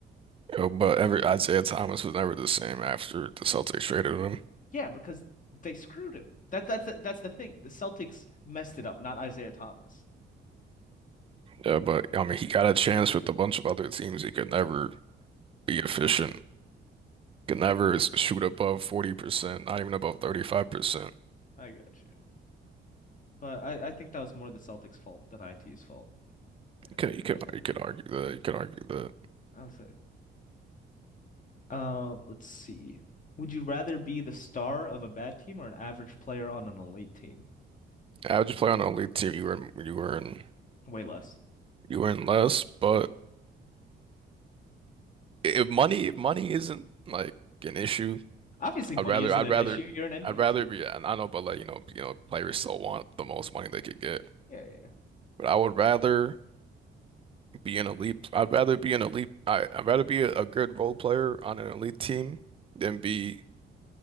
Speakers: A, on the right; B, on the left.
A: Uh, But ever Isaiah Thomas was never the same after the Celtics traded him.
B: Yeah, because they screwed him. That that's the, that's the thing. The Celtics messed it up, not Isaiah Thomas.
A: Yeah, but I mean, he got a chance with a bunch of other teams. He could never be efficient. Could never s- shoot above 40%, not even above 35%.
B: I got you. But I, I think that was more the Celtics' fault than IT's fault.
A: You could
B: uh,
A: you could
B: Definitely.
A: you could argue that. You could argue that.
B: I was like, Uh, let's see. Would you rather be the star of a bad team or an average player on an elite team?
A: How'd you play on an elite team? You were you were in
B: Way less.
A: you were in less, but if money if money isn't like an issue,
B: Obviously, money
A: I'd rather
B: isn't
A: I'd
B: an
A: rather
B: issue. You're an NBA
A: I'd rather
B: team.
A: be. And I know, but like you know you know players still want the most money they could get.
B: Yeah, yeah. yeah.
A: But I would rather. be an elite. I'd rather be an elite. I, I'd rather be a, a good role player on an elite team than be